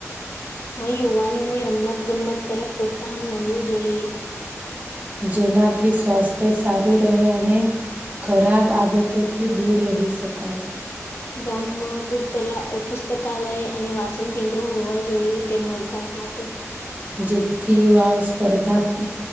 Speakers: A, on the left; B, on the right.
A: હ યુવાનોને રમત ગમત તરફ પ્રોત્સાહન મળવું જોઈએ.
B: જેનાથી સ્વાસ્થ્ય સારું રહે અને ખરાબ આદતોથી દૂર રહી શકાય.
A: ગામમાં પુસ્તકાલય અને વાચન કેન્દ્રો હોવા જોઈએ, તેમના વિકાસ માટે.
B: જેથી યુવાઓ સ્પર્ધા